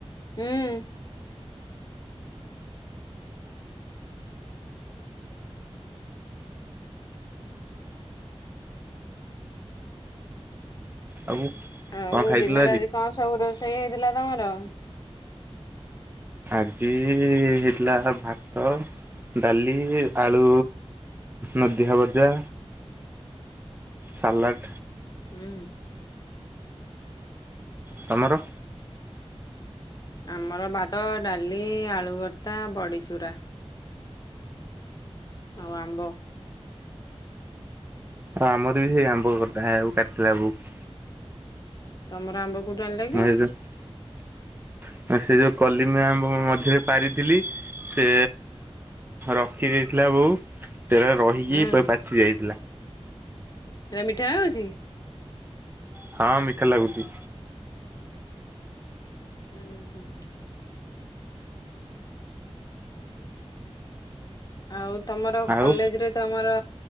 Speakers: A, on the left (about 40°); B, on the right (about 20°).
A: ହୁଁ
B: ଆଉ
A: ଆଉ
B: କଣ ଖାଇଥିଲ
A: ଦିନରେ ଆଜି କଣ ସବୁ ରୋଷେଇ ହେଇଥିଲା ତମର
B: ଆଜି ହେଇଥିଲା ଭାତ ଡାଲି ଆଳୁ ନଦିଆ ଭଜା ସଲଡ଼୍
A: ହୁଁ
B: ତୁମର
A: ଆମର ଭାତ ଡାଲି ଆଳୁଭର୍ତ୍ତା ବଡ଼ିଚୂୁରା ହଉ ଆମ୍ବ
B: ଆଉ ଆମର ବି ସେଇ ଆମ୍ବଡା ହେବକୁ କାଟିଥିଲା ବବକୁ
A: ତମର ଆମ୍ବ କୋଉଠୁ ଆଣିଲ କି?
B: ନେ ଯ ସେ ଯୋଉ କଲିମ ମଝରେ ପାରିଥିଲି ସେ ରଖି ଦେଇେଇଥିଲା ବୋଉ ସେଟ ରହିକି
A: ହୁଁ
B: ପାଚି ଯାଇଥିଲା
A: ଏ ମିଠା ଅଛି
B: ହଁ ମିଠା ଲାଗୁଛି
A: ହୁଁ ହୁଁ ଆଉ ତମର
B: ଆଉ
A: କଲେଜ ରେ ତମର